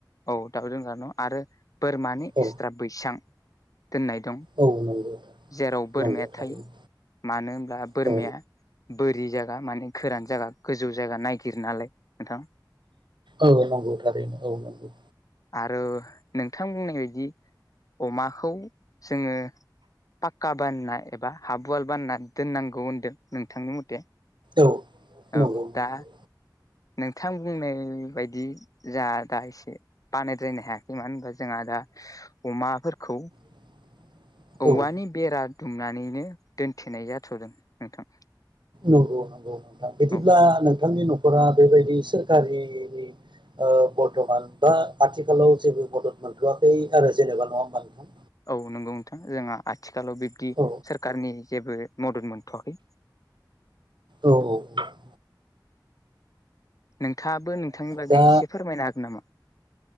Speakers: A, on the left; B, on the right.
A: औ दाउ दोनग्रा न' आरो बोरमानि
B: औ
A: एक्सट्रा बैसां दोननाय दं
B: औ नंगौ
A: जेराव बोरमाया
B: नंगौ थारैनो
A: थायो मानो होनब्ला बोरमाया
B: औ
A: बोरि जा गा माने गोरान जायगा गोजौ जायगा नायागिर नालाय नोंथां।
B: औ नंगौ थारैनो औ नंगौ
A: आरो नोंथां बुंनाय बायदि अमाखौ जोङो पाक्का बानायना एबा हाब वाल बानना दोननांगौ होनदों नोंथांनि मथे
B: औ नंगौ
A: औ
B: नंगौ
A: दा नोंथां बुंनाय बायदि जा दा एसे बानायद्रायनो हायाखै मानो होनबा जोंहा दा अमाफोरखौ
B: <inaudible>
A: औवानि
B: औ
A: बेरा दुमनानैनो दोनथेनाय जाथदों नोंथां।
B: नंगौ नंगौ नोंथां बिदिब्ला
A: औ
B: नोंथांनि नखरा बेबायदि सोरखारिनि ओ बर्थमान बा आथिखालाव जेबो मदद मोनथआाखै आरो जेनेबा नङा होमबा नोंथां
A: औ नंगौ नोंथां जोंहा आथिखालाव बिब्दि
B: औ
A: सोरखारनि जेबो मदद मोनथवाखै
B: औ ओ
A: नोंथाङाबो नोंथांनि बागै
B: दा
A: एसे फोरमायनो हागोन नामा?